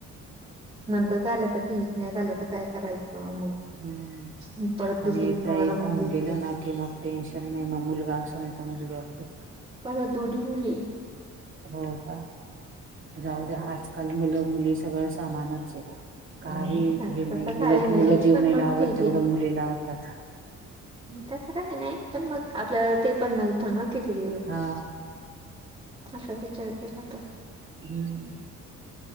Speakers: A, on the right (about 15°); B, on the right (about 40°).
A: नंतर झालं तर ठीक नाही झालं. काय करायचं मग
B: हम्म.
A: परत दुसरी
B: आणि एकदा
A: पण
B: एक
A: मला मुलगिच..
B: होऊन गेलं ना की मग टेन्शन नाही मग मुलगा असं नाही तर मुलगी असो.
A: हो हो दोनी मुली.
B: हो का जाऊ द्या आजकाल मुलं मुली सगळं सामानच आहे.
A: आहे.
B: काही हे
A: तसं
B: नाही
A: काही
B: उलट
A: नाही
B: मुलं जीव
A: पण
B: नाय
A: मग
B: लावत
A: ठीक
B: तेवढं
A: आहे.
B: मुली लावतात.
A: तसं काय नाही पण मग आपल्याला ते पण नव्हतं ना किती दिवस?
B: हा
A: असा विचार केला तर.
B: हम्म.